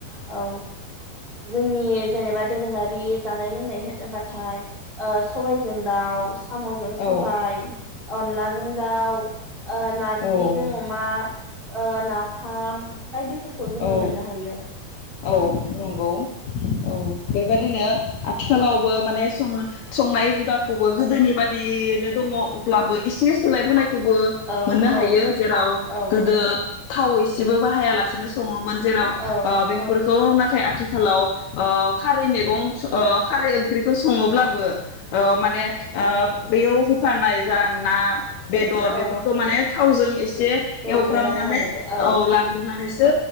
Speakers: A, on the right (about 45°); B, on the left (about 80°).
A: औ जोंनि जेनेबा दोरोङारि जानाय लोंनाय होनो बाथाय ओ सबायजों दाउ साम'जों सबाय
B: औ
A: अनलाजों दाउ ओ नारजि
B: औ
A: जों अमा ओ ना फाम बायदि फोरखौ जोङो
B: औ
A: मोननो हायो।
B: औ नंगौ औ बेबादिनो आथिखालावबो माने सं संनाय हुदाखौबो गोदोनि बादि नो दङ अब्लाबो एसे सोलाय बोनायखौबो
A: औ
B: मोननो हायो
A: औ
B: जेराव
A: औ
B: गोदो थाव एसे जेबो बाहाया लासेनो सङोमोन जेराव
A: औ
B: ओ बे
A: औ
B: फोरखौ नाथाय आथिखालाव ओ खार खारै मैगं ओ खारै ओंख्रिखौ सङो ब्लाबो औ माने ओ बेयाव होफानाय जा ना बेदर
A: औ
B: बेफोरखौ माने थावजों एसे
A: एवग्रोनानै
B: एव फ्रामनानै
A: लानाय जायो
B: औ लाग्रोनानै सो